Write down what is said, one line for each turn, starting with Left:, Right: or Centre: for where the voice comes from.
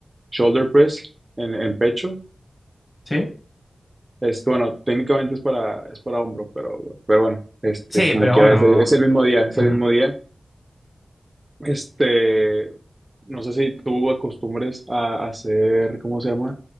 Right: shoulder press en, en pecho.
Left: sí.
Right: Es, bueno, técnicamente es para, es para hombro, pero, pero bueno, este,
Left: Sí,
Right: como
Left: pero
Right: quiera,
Left: bueno.
Right: es el, es el mismo día, es
Left: ujú.
Right: el mismo día. Este, no sé si tú acostumbres a hacer, ¿cómo se llama?